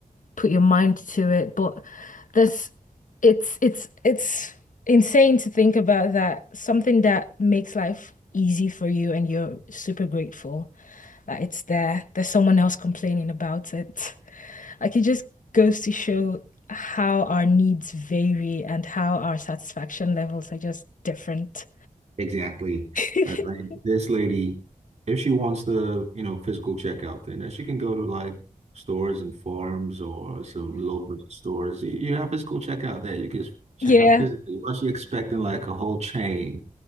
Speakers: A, on the left; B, on the right.
A: put your mind to it, but this it's it's it's insane to think about that. Something that makes life easy for you and you're super grateful. That it's there. There's someone else complaining about it. Like it just goes to show how our needs vary and how our satisfaction levels are just different.
B: Exactly.
A: <laughs>
B: Uh, like this lady, if she wants the, you know, physical checkout thing, then she can go to like stores and farms or some low budget stores. You, you have physical checkout there. You can just check
A: Yeah.
B: out physically. What she expecting like a whole chain,